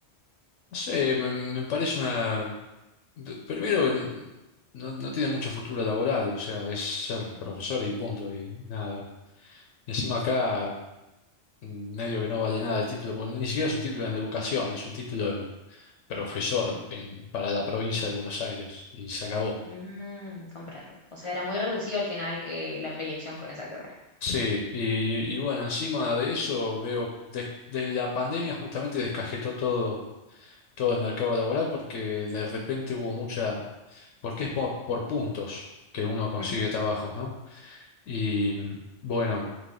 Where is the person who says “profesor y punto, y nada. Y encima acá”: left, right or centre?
Left